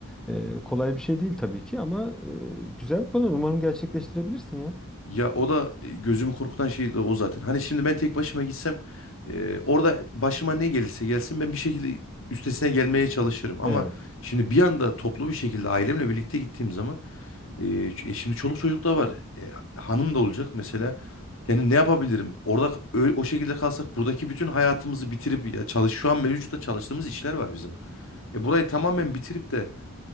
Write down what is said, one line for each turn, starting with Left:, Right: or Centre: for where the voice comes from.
Centre: Ee,
Left: Hı hı.
Centre: kolay bir şey değil tabii ki ama e, güzel bir plan. Umarım gerçekleştirebilirsin ya.
Left: Ya o da e, gözümü korkutan şey de o zaten. Hani şimdi ben tek başıma gitsem e, orada başıma ne gelirse gelsin ben bir şekilde üstesine gelmeye çalışırım. Ama
Centre: Evet,
Left: şimdi bir anda toplu bir şekilde ailemle birlikte gittiğim zaman e, ç- e, şimdi çoluk çocuk da var. E, hanım da olacak mesela. Yani ne yapabilirim? Orada k- ö- o şekilde kalsak buradaki bütün hayatımızı bitirip ya çalış şu an mevcutta çalıştığımız işler var bizim. E, burayı tamamen bitirip de